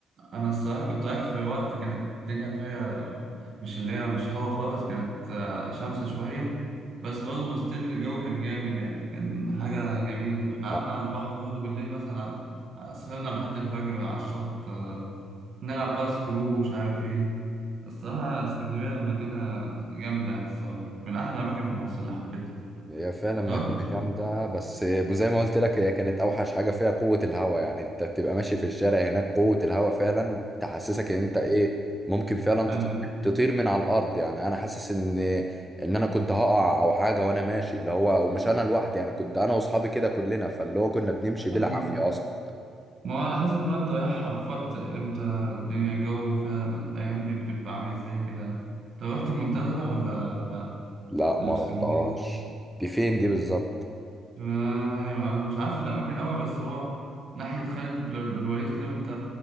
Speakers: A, on the right; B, in the centre.
A: انا الصراحه كنت رايح في وقت كانت الدنيا فيها مش اللي هي مش هوا خالص كانت آه، شمسة شويه بس برضه ستيل الجو كان جامد يعني كان حاجه جميله احنا
B: لا
A: قعدنا على البحر برضه بالليل مثلا ع- سهرنا لحد الفجر على الشط آه، نلعب بقى سكرو مش عارف ايه الصراحه اسكندريه مدينه جامده يعني الصراحه من احلى الاماكن في مصر اللي حبيتها
B: هي فعلا مدينة
A: رحت
B: جامدة بس زي ما قلت لك هي كانت اوحش حاجة فيها قوة الهوا يعني انت بتبقى ماشي في الشارع هناك قوة الهوا فعلا تحسسك ان انت ايه ممكن فعلا تطير
A: ايوه
B: تطير من على الارض يعني انا حاسس ان ان انا كنت هقع او حاجة وانا ماشي اللي هو ومش انا لوحدي يعني كنت انا واصحابي كده كلنا فاللي هو كنا بنمشي بالعافية
A: ايوه
B: اصلا
A: ما هو على حسب بقى انت رايح في وقت امتى الدنيا الجو فيها الايام دي بتبقى عامل ازاي كده طب رحت المنتزه ولا لا
B: لا ما
A: اللي في
B: رحتهاش
A: اسكندريه
B: دي فين دي بالظبط
A: ف- انا مش عارف الاماكن قوي بس هو ناحيه خالد بن الوليد كده وانت